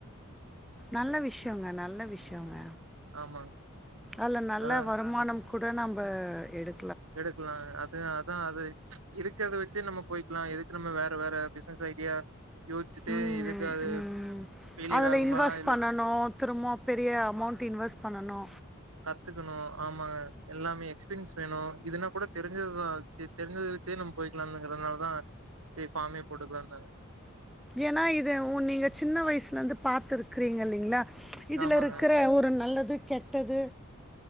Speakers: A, in the centre; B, on the right.
A: நல்ல விஷ்யொங்க நல்ல விஷ்யொங்க
B: ஆமாங்க.
A: அல்ல நல்ல
B: அதான்
A: வருமானம் கூட நம்ப எடு
B: எடுக்கலா அது அதா அது இருக்கிறத வச்சு நம்ம போய்க்லா எதுக்கு நம்ம வேற வேற பிஸ்னஸ் ஐடியா யோசிச்சுட்டு
A: ம்
B: இதுக்கு அது
A: ம்
B: ஃபெய்லியர்
A: அதுல
B: ஆகுமா
A: இன்வெஸ்ட்
B: இல்ல
A: பண்ணனு திரும்ப பெரிய அமௌண்ட்டு இன்வெஸ்ட் பண்ணனு
B: கத்துக்கணு ஆமாங்க எல்லாமே எக்ஸ்பீரியன்ஸ் வேணு இதுனா கூட தெரிஞ்சதுதா வச்சு தெரிஞ்சத வ ச்சே நம் போய்க்கலானுங்குறனாலதா சே ஃபாமே போட்டுக்லான்தாங்க
A: ஏனா இது உ நீங்க சின்ன வயசுலந்து பாத்து இருக்குறீங்க இல்லிங்ளா இதுல
B: ஆமாங்க,
A: இருக்குற ஒரு நல்ல து கெட்டது